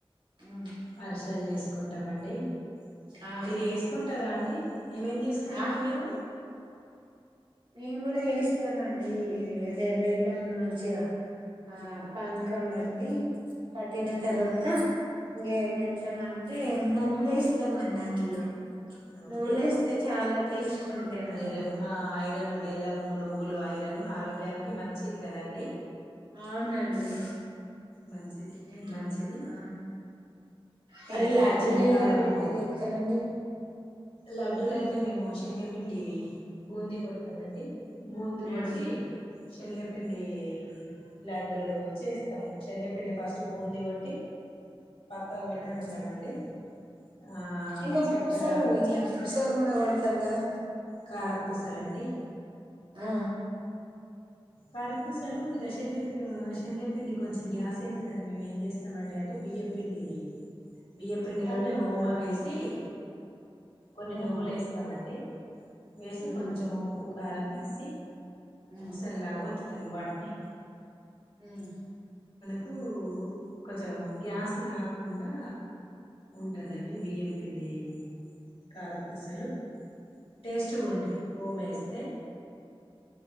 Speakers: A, on the right; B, on the left.
A: హ్మ్
B: అరిసలు చేసుకుంటామండి అ
A: ఆ
B: మీరు వేసుకుంటారా అండి ఏమేం చేసుకుంటారు
A: ఆ
B: మీరు
A: మేము కూడా చేస్తామండి అయితే బెల్లం మంచిగా ఆ పానకం బట్టి పట్టిన తరువాత ఇంకేమి ఏస్తామంటే నువ్వులేస్తామండి అందులో
B: అవును
A: నువ్వులేస్తే చాలా టేస్ట్ ఉంటాయండి
B: ఐరన్ ఆ ఐరన్ బెల్లము నువ్వులు ఐరన్ ఆరోగ్యానికి మంచిది కదండి
A: అవునండి
B: మంచిది
A: ఉమ్,
B: మంచిది
A: ఆ మరి
B: ఎందుకంటే
A: లడ్డూలు
B: చలికాలము
A: ఎలా ప్రిపేర్ చేస్తారండి
B: లడ్డుూలయితే మేము శనగ బూందీ కొడతామండి బుంది కొట్టి
A: ఉమ్,
B: శనగ పిండి లడ్డూలు చేస్తాము శనగపిండి ఫస్ట్ బూందీ కొట్టి పక్కకు పెట్టుకుంటామండి
A: ఉమ్.
B: ఆ
A: ఇంకా
B: చక్కెర
A: పూసలు ఇట్లా పూస కూడా కొడతారు కదా
B: కారపూసలండి
A: ఆ
B: కారపూసలు ఇక శనగపి శనగపిండి కొంచెం గ్యాస్ అయితదండి మేము ఏం చేస్తామండి అంటే బియ్య పిండి బియ్యపిిండిలోనే
A: కలుపుతారా
B: ఓమ వేసి కొన్ని
A: హ్మ్
B: నువ్వులేస్తమండి
A: హ్మ్
B: వేసి
A: హ్మ్
B: కొంచెం ఉప్పు కారం ఏసి
A: ఉ
B: ల్లాగా వత్తుతం వాటిని
A: హ్మ్
B: కు కొంచెం గ్యాస్ కాకుండా ఉంటదండి బిఎఫ్ పిండి కారపూసలు టేస్ట్ గా ఉంటాయి ఓమేస్తే